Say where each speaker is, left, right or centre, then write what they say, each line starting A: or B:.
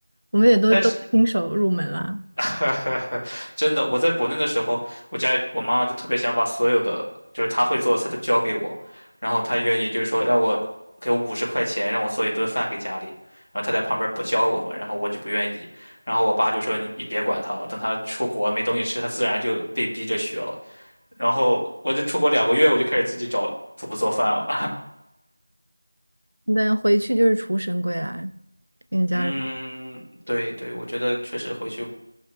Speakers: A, on the right (about 85°); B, on the left (about 75°).
A: 我们也都都新手入门啦，
B: 但是。<laughs> 真的，我在国内的时候，我家里我妈妈就特别想把所有的就是她会做的菜都教给我，然后她愿意就是说让我给我五十块钱让我做一顿饭给家里，然后她在旁边不教我嘛，然后我就不愿意，然后我爸就说你你别管他了，等他出国没东西吃，他自然就被逼着学了。然后我就出国两个月，我就开始自己找怎么做饭了。
A: 那回去就是厨神归来，
B: <laughs>
A: 给你家人。
B: 嗯，对对，我觉得确实回去。